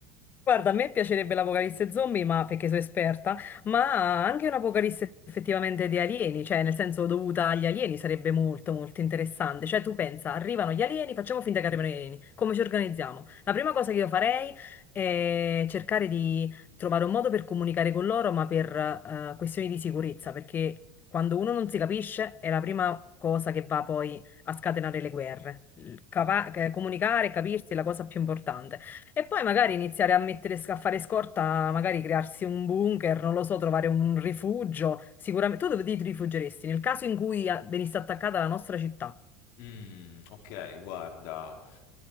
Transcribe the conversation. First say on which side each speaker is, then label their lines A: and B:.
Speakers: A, on the left; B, on the left.
A: Guarda, a me piacerebbe l'apocalisse zombie, ma perché sono esperta, ma
B: <laughs>
A: anche un'apocalisse effettivamente di alieni, cioè nel senso dovuta agli alieni sarebbe molto molto interessante. Cioè tu pensa, arrivano gli alieni, facciamo finta che arrivano gli alieni, come ci organizziamo? La prima cosa che io farei è cercare di trovare un modo per comunicare con loro, ma per eh, questioni di sicurezza, perché quando uno non si capisce è la prima cosa che va poi a scatenare le guerre. Il capa-
B: Mm.
A: eh, comunicare e capirsi è la cosa più importante. E poi magari iniziare a mettere, a fare scorta, magari crearsi un bunker, non lo so, trovare un rifugio. Sicuramente. Tu dove ti rifugeresti? Nel caso in cui ah, venisse attaccata la nostra città.
B: Mm, ok, guarda.